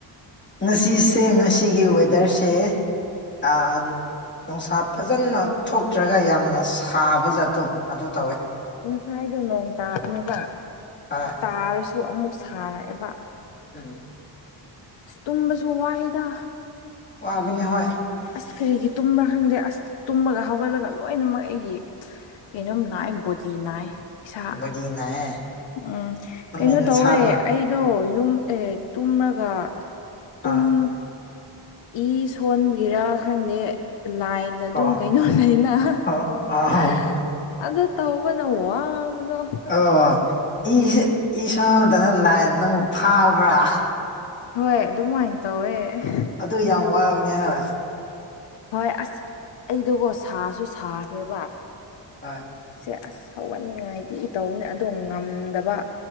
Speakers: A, on the left (about 25°); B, on the left (about 85°).
A: ꯉꯁꯤꯁꯦ ꯉꯁꯤꯒꯤ ꯋꯦꯗꯔꯁꯦ ꯑ ꯅꯥꯡꯁꯥ ꯐꯖꯅ ꯊꯣꯛꯇ꯭ꯔꯒ ꯌꯥꯝꯅ ꯁꯥꯕ ꯖꯥꯠꯇꯣ ꯑꯗꯨ ꯇꯧꯋꯦ
B: ꯉꯁꯥꯏꯗꯣ ꯅꯣꯡ ꯇꯥꯕꯅꯦꯕ
A: ꯍꯣꯏ
B: ꯇꯥꯔꯁꯨ ꯑꯃꯨꯛ ꯁꯥꯔꯛꯑꯦꯕ
A: <unintelligible>
B: ꯑꯁ ꯇꯨꯝꯕꯁꯨ ꯋꯥꯏꯗ
A: ꯋꯥꯕꯅꯦ ꯍꯣꯏ
B: ꯑꯁ ꯀꯔꯤꯒꯤ ꯇꯨꯝꯕ꯭ꯔ ꯈꯪꯗꯦ ꯑꯁ ꯇꯨꯝꯃꯒ ꯍꯧꯒꯠꯂꯒ ꯂꯣꯏꯅꯃꯛ ꯑꯩꯒꯤ ꯀꯩꯅꯣꯝ ꯅꯥꯏ ꯕꯣꯗꯤ ꯅꯥꯏ ꯏꯁꯥ
A: ꯕꯣꯗꯤ ꯅꯥꯏꯌꯦ
B: ꯎꯝ
A: ꯅꯪꯒꯤ
B: ꯀꯩꯅꯣ
A: ꯅꯁꯥꯅ
B: ꯇꯧꯋꯦ ꯑꯩ ꯗꯣ ꯌꯨꯝ ꯑꯦ ꯇꯨꯝꯔꯒ ꯇꯨꯝ
A: ꯑ
B: ꯏ ꯁꯣꯟꯕꯒꯤꯔ ꯈꯪꯗꯦ ꯂꯥꯏꯟ ꯗ
A: ꯑꯣ
B: ꯗꯨꯝ ꯀꯩꯅꯣ ꯂꯩꯅ <unintelligible>
A: ꯑꯣ ꯑꯣ
B: ꯑꯗꯨ ꯇꯧꯕꯅ ꯋꯥꯕꯗꯣ
A: ꯑꯣ ꯏꯖꯦ ꯏꯁꯥꯗ ꯂꯥꯏꯟ ꯅꯪꯕꯨ ꯐꯥꯕ꯭ꯔ
B: ꯍꯣꯏ ꯑꯗꯨꯝꯃꯥꯏꯟ ꯇꯧꯋꯦ <unintelligible>
A: ꯑꯗꯨ ꯌꯥꯝ ꯋꯥꯕꯅꯦ ꯍꯥꯥꯏꯕ
B: ꯍꯣꯏ ꯑꯁ ꯑꯩꯗꯣꯀꯣ ꯁꯥꯁꯨ ꯁꯥꯈ꯭ꯔꯦꯕ
A: ꯑꯥꯏ
B: ꯏꯆꯦ ꯑꯁ ꯍꯧꯒꯠꯅꯤꯡꯉꯥꯏꯗꯤ ꯏ ꯇꯧꯕꯅꯤ ꯑꯗꯣ ꯉꯝꯗꯕ